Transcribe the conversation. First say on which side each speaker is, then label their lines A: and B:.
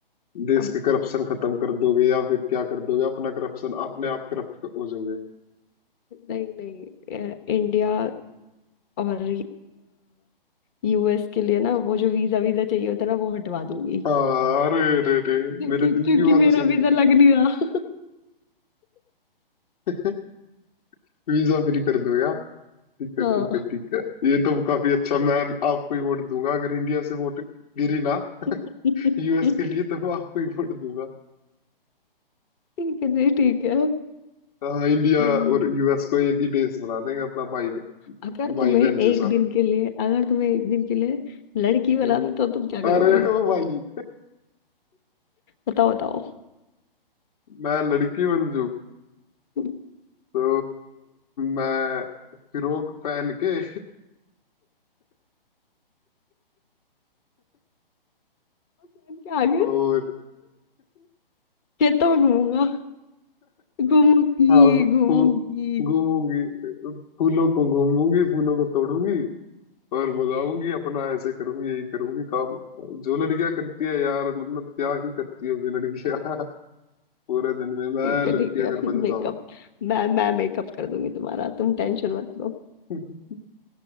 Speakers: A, on the left; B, on the left.
A: देश
B: और-
A: के करप्शन खत्म कर दोगे या फिर क्या कर दोगे अपना करप्शन अपने
B: नहीं
A: आप करप्ट हो जाओगे
B: नहीं नहीं, नहीं, इंडिया और यूएस के लिए ना वो जो वीजा वीजा चाहिए होता है ना वो हटवा दूंगी
A: हाँ, अरे रे रे
B: क्योंकि
A: मेरे दिल
B: क्योंकि
A: की बात
B: मेरा
A: छीन
B: वीजा
A: ली
B: लग नहीं रहा
A: <laughs> वीजा फ्री कर दो यार ठीक है
B: <laughs> हाँ
A: ठीक है ठीक है ये तो काफी अच्छा मैं आपको ही वोट दूंगा अगर इंडिया से वोट गिरी ना
B: ठीक
A: यूएस के लिए तो मैं आपको ही वोट दूंगा
B: है जी ठीक है
A: हाँ इंडिया
B: हम्म,
A: और यूएस को एक ही देश बना देंगे अपना भाई
B: अगर
A: भाई
B: तुम्हें
A: बहन
B: एक
A: जैसा
B: दिन के लिए अगर तुम्हें एक दिन के लिए लड़की बना
A: हम्म।
B: दे तो तुम क्या करोगे
A: अरे ओ भाई
B: बताओ बताओ
A: मैं लड़की बन जू
B: प्लान
A: तो मैं फिरोक पहन के
B: क्या आगे
A: और
B: खेतों में घूमूंगा घूमूंगी
A: हाँ
B: घूमूंगी
A: फू- घूमूंगी फूलों को घूमूंगी फूलों को तोड़ूंगी और बजाऊंगी अपना ऐसे करूंगी यही करूंगी काम जो लड़कियां करती है यार मतलब क्या ही करती होगी लड़कियां <laughs> पूरे दिन में मैं
B: ठीक है
A: लड़की
B: ठीक
A: अगर
B: है
A: बन
B: मेकअप
A: जाऊं
B: मैं मैं मेकअप कर दूंगी तुम्हारा तुम टेंशन मत लो
A: <laughs>